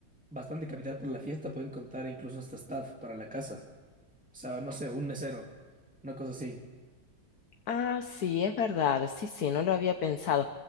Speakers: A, in the centre; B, on the left.
A: bastante capital para la fiesta, pueden contar incluso hasta staff para la casa. O sea, no sé, un mesero, una cosa así.
B: Ah, sí, es verdad, sí, sí, no lo había pensado.